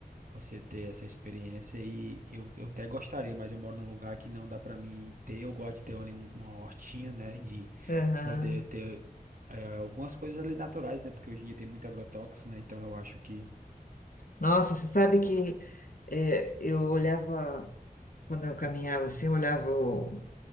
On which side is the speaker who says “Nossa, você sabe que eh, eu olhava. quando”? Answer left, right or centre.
Left